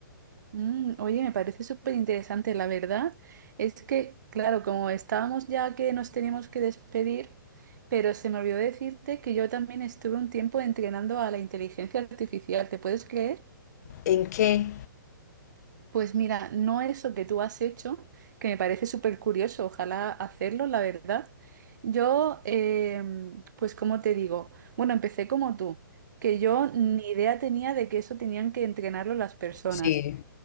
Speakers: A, on the right; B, on the left.
A: mm, oye, me parece súper interesante. La verdad es que, claro, como estábamos ya que nos teníamos que despedir, pero se me olvidó decirte que yo también estuve un tiempo entrenando a la inteligencia artificial, ¿te puedes creer?
B: ¿En qué?
A: Pues mira, no eso que tú has hecho, que me parece súper curioso, ojalá hacerlo, la verdad. Yo, em, pues como te digo, bueno, empecé como tú, que yo ni idea tenía de que eso tenían que entrenarlo las personas
B: Sí.